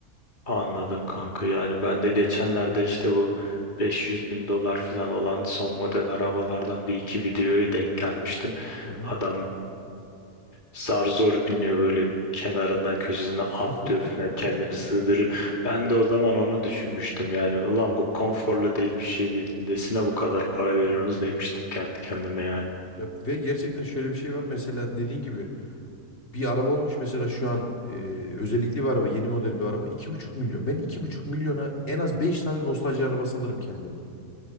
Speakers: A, on the left; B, on the left.
A: Anladım kanka. Yani ben de geçenlerde işte bu 500 bin dolar falan olan son model arabalardan bir iki videoya denk gelmiştim.
B: Hı hı.
A: Adam zar zor biniyor böyle kenarından köşesine atlıyor
B: <laughs>
A: falan kendini sığdırıyor. Ben de o zaman onu düşünmüştüm yani ulan bu konforlu değil bir şey değil nesine bu kadar para veriyorsunuz
B: Evet.
A: demiştim kendi kendime yani.
B: Ya, ve gerçekten şöyle bir şey var mesela dediğin gibi Bir araba olmuş mesela şu an e, özellikli bir araba, yeni model bir araba iki buçuk milyon. Ben iki buçuk milyona en az 5 tane nostalji arabası alırım kendime.